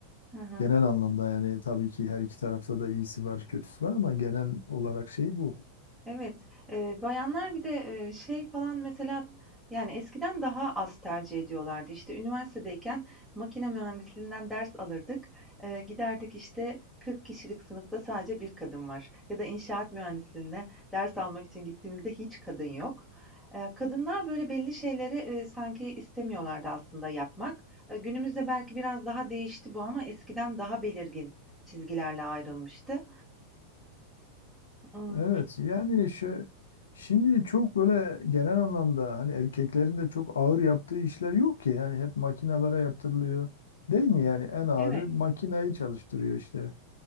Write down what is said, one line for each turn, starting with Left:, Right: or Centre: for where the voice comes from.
Centre: Hı hı.
Left: Genel anlamda yani tabii ki her iki tarafta da iyisi var, kötüsü var ama genel olarak şey bu.
Centre: Evet, eee, bayanlar bir de, eee, şey falan mesela, yani, eskiden daha az tercih ediyorlardı. İşte, üniversitedeyken makine mühendisliğinden ders alırdık. Eee, giderdik, işte, 40 kişilik sınıfta sadece bir kadın var ya da inşaat mühendisliğine ders almak için gittiğimizde hiç kadın yok. Eee, kadınlar, böyle, belli şeyleri, eee, sanki istemiyorlardı aslında yapmak. Eee, günümüzde belki biraz daha değişti bu ama eskiden daha belirgin çizgilerle ayrılmıştı. Imm,
Left: Evet yani şu şimdi çok böyle genel anlamda hani erkeklerin de çok ağır yaptığı işler yok ki yani hep makinalara yaptırılıyor. Değil mi yani en ağırı
Centre: evet,
Left: makinayı çalıştırıyor işte.